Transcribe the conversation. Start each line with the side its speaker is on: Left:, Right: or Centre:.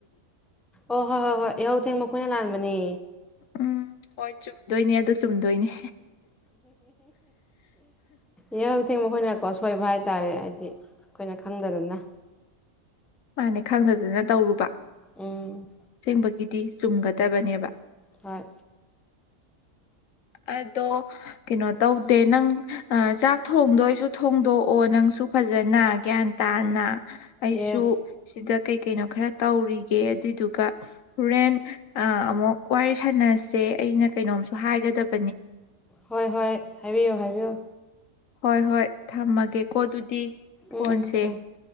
Centre: ꯑꯣ ꯍꯣꯏ ꯍꯣꯏ ꯍꯣꯏ ꯏꯍꯧ ꯊꯦꯡꯕꯣꯏꯅ ꯂꯥꯟꯕꯅꯦ
Left: ꯎꯝ ꯍꯣꯏ ꯆꯨꯝꯗꯣꯏꯅꯤ ꯑꯗꯨ ꯆꯨꯝꯗꯣꯏꯅꯤ
Centre: ꯏ ꯍꯧ ꯊꯦꯡ ꯃꯈꯣꯏꯅ ꯀꯁ ꯁꯣꯏꯕ ꯍꯥꯏꯇꯥꯔꯦ ꯍꯥꯏꯗꯤ ꯑꯩꯈꯣꯏꯅ ꯈꯪꯗꯗꯅ
Left: ꯃꯥꯅꯤ ꯈꯪꯗꯗꯅ ꯇꯧꯔꯨꯕ
Centre: ꯎꯝ
Left: ꯕꯒꯤꯗꯤ ꯆꯨꯝꯒꯗꯕꯅꯦꯕ
Centre: ꯍꯣꯏ
Left: ꯑꯗꯣ ꯀꯩꯅꯣ ꯇꯧꯗꯦ ꯅꯪ ꯑ ꯆꯥꯛ ꯊꯣꯡꯗꯣ ꯑꯩꯁꯨ ꯊꯣꯡꯗꯣꯛꯑꯣ ꯅꯪꯁꯨ ꯐꯖꯅ ꯒ꯭ꯌꯥꯟ ꯇꯥꯅ ꯑꯩꯁꯨ
Centre: ꯌꯦꯁ
Left: ꯁꯤꯗ ꯀꯩ ꯀꯩꯅꯣ ꯈꯔ ꯇꯧꯔꯤꯒꯦ ꯑꯗꯨꯏꯗꯨꯒ ꯔꯣꯔꯦꯟ ꯑꯃꯨꯛ ꯋꯥꯔꯤ ꯁꯥꯟꯅꯁꯦ ꯑꯩꯅ ꯀꯩꯅꯣꯝꯁꯨ ꯍꯥꯏꯒꯗꯕ
Centre: ꯍꯣꯏ ꯍꯣꯏ ꯍꯥꯏꯕꯤꯌꯣ ꯍꯥꯏꯕꯤꯌꯨ
Left: ꯍꯣꯏ ꯍꯣꯏ ꯊꯝꯃꯒꯦꯀꯣ ꯑꯗꯨꯗꯤ ꯐꯣꯟꯁꯦ
Centre: ꯎꯝ ꯎꯝ ꯊꯝꯃꯣ